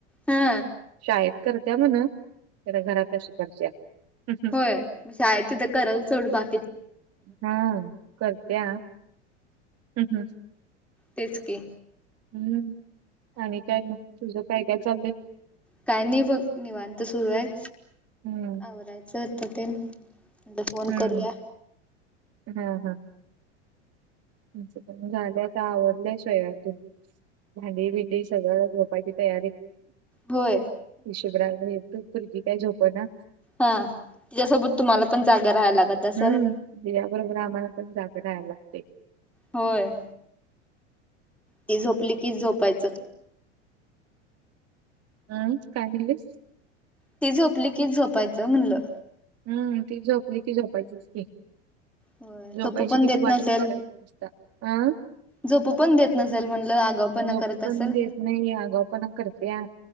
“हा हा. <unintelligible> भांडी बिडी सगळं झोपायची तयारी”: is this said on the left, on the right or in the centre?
Right